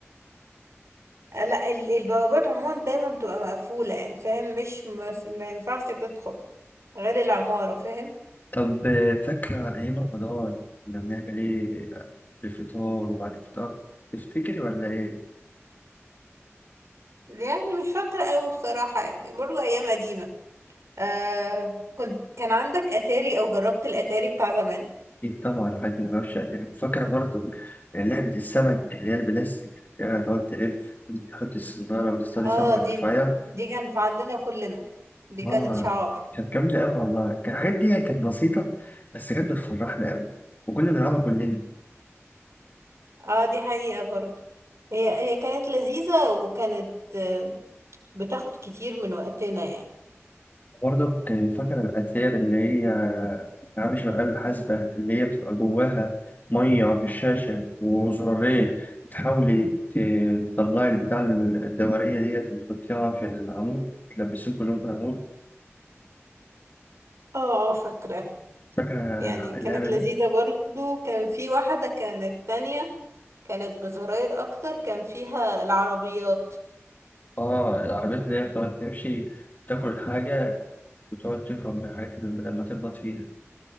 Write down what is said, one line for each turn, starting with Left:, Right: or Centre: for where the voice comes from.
Right: آه، لا ال- البوابات عموما دايما بتبقى مقفولة يعني فاهم مش مس- ما ينفعش تدخل غير العمارة فاهم
Left: طب آه، فاكرة أيام رمضان كنا بنعمل إيه بالفطار وبعد الفطار تفتكر ولا إيه؟
Right: يعني مش فاكرة أوي بصراحة يعني برضه أيام قديمة آه كنت كان عندك أتاري أو جربت الأتاري بتاع زمان
Left: أكيد طبعا الواحد ما يعرفش يعني فاكرة برضه لعبة السمك اللي هي البلاستيك اللي هي تقعد تلف تحط السنارة وتصطاد
Right: اه
Left: سمكة
Right: دي
Left: وترفعها
Right: دي كانت عندنا كلنا دي
Left: اه
Right: كانت شعار
Left: كانت جامدة أوي والله كان الحاجات دي كانت بسيطة بس كانت بتفرحنا أوي وكنا بنلعبها كلنا
Right: اه دي حقيقة برضه هي هي كانت لذيذة وكانت آه، بتاخد كتير من وقتنا يعني
Left: برضه كان فاكر الأتاري اللي هي ألعاب شغال الحاسبة اللي هي بتبقى جواها مية في الشاشة وزرارين وتحاولي ت- تطلعي البتاع الدورية ديت وتحطيها في العمود تلبسيهم كلهم في العمود
Right: اه اه فاكرة
Left: فاكرة
Right: يعني كانت
Left: اللعبة دي؟
Right: لذيذة برضو كان في واحدة كانت تانية كانت بزراير اكتر كان فيها العربيات
Left: آه العربيات اللي هي بتقعد تمشي تاكل الحاجة وتقعد تهرب من الحاجات اللي لما تخبط فيها.